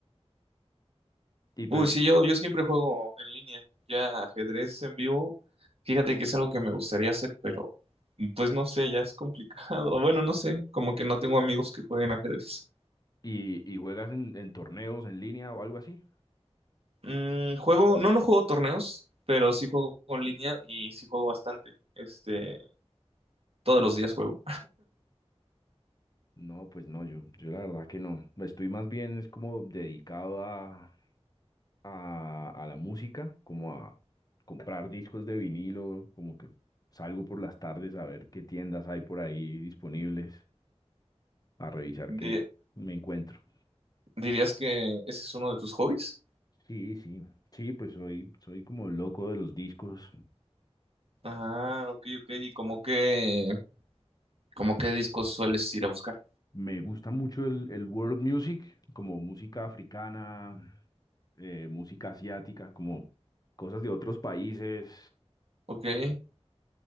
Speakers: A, on the left; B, on the right.
A: Y pero,
B: Uy, sí, yo, yo siempre juego en línea. Ya ajedrez en vivo, fíjate que es algo que me gustaría hacer, pero mm, pues no sé, ya es complicado. <laughs> O Bueno, no sé, como que no tengo amigos que jueguen ajedrez.
A: ¿y, y juegas en, en torneos en línea o algo así?
B: Mm, juego, no, no juego torneos, pero sí juego en línea y sí juego bastante. Este, todos los días juego.
A: No, pues no, yo, yo la verdad que no. Estoy más bien es como dedicado a a, a la música, como a comprar discos de vinilo, como que salgo por las tardes a ver qué tiendas hay por ahí disponibles, a revisar
B: Di-
A: qué me encuentro.
B: ¿Dirías que ese es uno de tus hobbies?
A: Sí, sí, sí, pues soy, soy como loco de los discos.
B: Ah, ok, ok. ¿Y como que, como qué discos sueles ir a buscar?
A: Me gusta mucho el, el world music, como música africana, eh, música asiática, como cosas de otros países.
B: Ok.